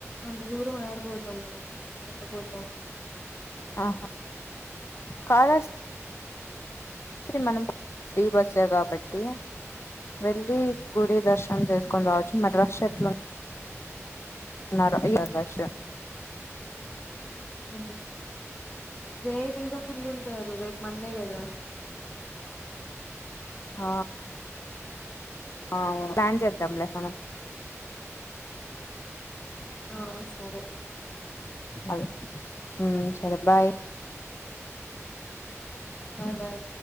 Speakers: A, on the left; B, on the left.
A: అంత దూరం ఏడపోతాం మనము ఎట్టపోతాము
B: ఆహా కాలహస్ స్తి మనం ఫ్రీ బస్సే గాబట్టి వెలి గుడి దర్శనం చేసుకొని రావచ్చు మద్రాస్ ఎట్లు ఆడపిల్ల ఫస్ట్
A: ఉ రేపు ఇంకా ఫుల్ ఉంటారు రేపు మండే కదా
B: ఆ ఆవును ప్లాన్ చేద్దాం లే మనం
A: ఆ సరే
B: మళ్ళ ఊ సరే బాయ్ అ
A: బాయ్ బయ్